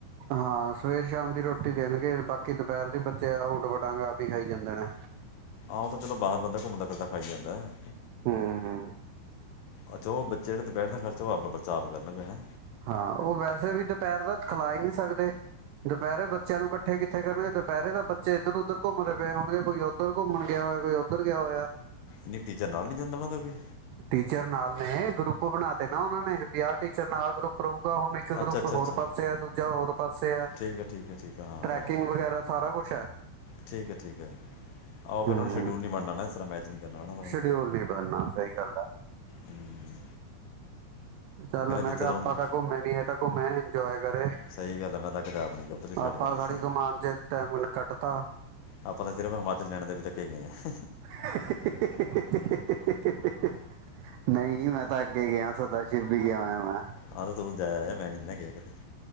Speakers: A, on the right; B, on the left.
A: ਹਾਂ ਸਵੇਰ ਸ਼ਾਮ ਦੀ ਰੋਟੀ ਦੇਣਗੇ ਬਾਕੀ ਦੁਪਹਿਰ ਦੀ ਬੱਚੇ ਊਟ ਪਟਾਂਗ ਆਪ ਹੀ ਖਾਈ ਜਾਂਦੇ ਨੇ
B: ਓਤਾਂ ਚਲੋ ਬਾਹਰ ਬੰਦਾ ਘੁੰਮਦਾ ਫਿਰਦਾ ਖਾਈ ਜਾਂਦਾ ਹੈ
A: ਹਮ ਹਮ
B: ਅੱਛਾ ਉਹ ਬੱਚੇ ਜਿਹੜਾ ਦੁਪਹਿਰ ਦਾ ਖਰਚਾ ਉਹ ਆਪਣਾ ਬਚਾ ਆਪ ਕਰਨਗੇ ਹੈਂ
A: ਹਾਂ ਉਹ ਵੈਸੇ ਵੀ ਦੁਪਹਿਰ ਦਾ ਖਿਲਾ ਈ ਨਹੀਂ ਸਕਦੇ ਦੁਪਹਿਰੇ ਬੱਚਿਆਂ ਨੂੰ ਇਕੱਠੇ ਕਿੱਥੇ ਕਰਨਗੇ ਦੁਪਹਿਰੇ ਤਾਂ ਬੱਚੇ ਇੱਧਰ ਉੱਧਰ ਘੁੰਮਦੇ ਪਏ ਹੋਣਗੇ ਕੋਈ ਉੱਧਰ ਘੁੰਮਣ ਗਿਆ ਹੋਇਆ ਕੋਈ ਉੱਧਰ ਗਿਆ ਹੋਇਆ
B: ਨਹੀਂ ਟੀਚਰ ਨਾਲ ਨੀ ਜਾਂਦਾ ਉਹ ਦਾ ਕੋਈ
A: ਟੀਚਰ ਨਾਲ ਨੇ ਗਰੁੱਪ ਬਣਾ ਤੇ ਨਾ ਉਹਨਾਂ ਨੇ ਬੀ ਆ ਟੀਚਰ ਨਾਲ ਗਰੁੱਪ ਰਹੂ ਹੁਣ ਇੱਕ ਗਰੁੱਪ
B: ਅੱਛਾ ਅੱਛਾ ਅੱਛਾ
A: ਹੋਰ ਪਾਸੇ ਆ ਦੂਜਾ ਹੋਰ ਪਾਸੇ ਆ
B: ਠੀਕ ਹੈ ਠੀਕ ਹੈ ਠੀਕ ਹੈ ਹਾਂ
A: ਟਰੈਕਿੰਗ
B: ਉਹ-
A: ਵਗੈਰਾ ਸਾਰਾ ਕੁਛ ਹੈ
B: ਠੀਕ ਹੈ ਠੀਕ ਹੈ ਆਹੋ ਫਿਰ
A: ਹੂੰ
B: ਉਹਨਾਂ ਸ਼ਡਿਊਲ ਨੀ ਬਣਣਾ ਇਸ ਤਰਾਂ ਮੈਚ ਨਹੀਂ ਕਰਨਾ ਉਹਨਾਂ
A: ਸ਼ਡਿਊਲ ਨੀ ਬਣਨਾ ਸਹੀ ਗੱਲ ਹੈ
B: ਹਮ
A: ਚਲ ਮੈਂ
B: ਜਿੱਥੇ
A: ਕਿਹਾ
B: ਤੁਹਾਨੂੰ
A: ਆਪਾ ਤਾਂ ਘੁਮੇ ਨਹੀਂ ਐ ਤਾਂ ਘੁਮੇ ਜੁਆਏਂ ਕਰੇ
B: ਸਹੀ ਗੱਲ ਹੈ ਮੈਂ ਤਾਂ ਕਦੇ ਆਪ ਨਹੀਂ ਗਿਆ ਉੱਧਰਲੀ ਸਾਈਡ
A: ਆਪਾਂ
B: ਕਦੇ
A: <unintelligible> ਕਮਾਨ ਚ ਟੈਮ ਕੱਟਤਾ
B: ਆਪਾਂ ਤਾਂ ਸਿਰਫ਼ ਹਿਮਾਚਲ ਨੈਣਾ ਦੇਵੀ ਤੱਕੇਂ ਗਏ ਹਾਂ
A: ਹਹੀਹੀਹੀਹੀਹੀਹੀ ਨਹੀਂ ਮੈਂ ਤਾਂ ਅੱਗੇ ਗਿਆ ਸਦਾ ਸ਼ਿਵ ਵੀ ਗਿਆ ਹੋਇਆ ਮੈਂ
B: ਆਹ ਤੇ ਤੂੰ ਜਾਇ ਆਯਾ ਮੈਂ ਨੀ ਨਾ ਗਿਆ ਕਿਤੇ